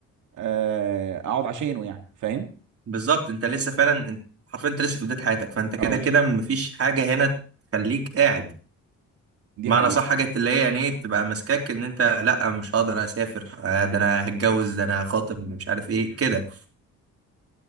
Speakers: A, on the right; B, on the right.
A: آه، اقعد عشانه يعني فاهم
B: بالظبط انت لسه فعلا انت- حرفيا انت لسه في بداية حياتك فانت كده
A: اه
B: كده مفيش حاجة هنا تخليك قاعد
A: دي
B: معنى
A: حقيقة
B: صح حاجة اللي هي يعني ايه تبقى ماسكاك ان انت لا مش هقدر اسافر آه، ده انا هتجوز ده انا هخاطب مش عارف ايه كده